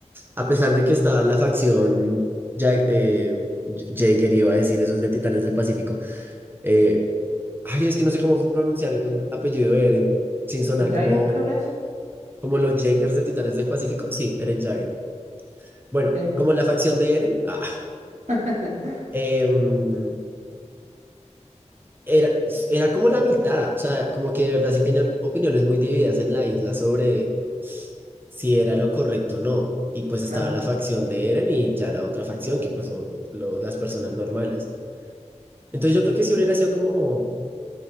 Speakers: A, on the right (about 15°); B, on the right (about 85°).
A: a pesar de que estaba la facción, ya, eh, J- Jaeger iba a decir, eso es de Titanes del Pacífico. Eh, ay, es que no sé cómo pronunciar el apellido de Eren sin sonar
B: Jaeger
A: como
B: creo que es.
A: Como los Jaegers de Titanes del Pacífico. Sí, Eren Jaeger. Bueno,
B: Eh,
A: como la facción de Eren. Ah,
B: <laughs>
A: em, era, era como la mitad. O sea, como que de verdad sí tenían opiniones muy divididas en la isla sobre si era lo correcto o no. Y pues
B: claro,
A: estaba la facción de Eren y ya la otra facción, que pues son lo- las personas normales. Entonces yo creo que si hubiera sido como,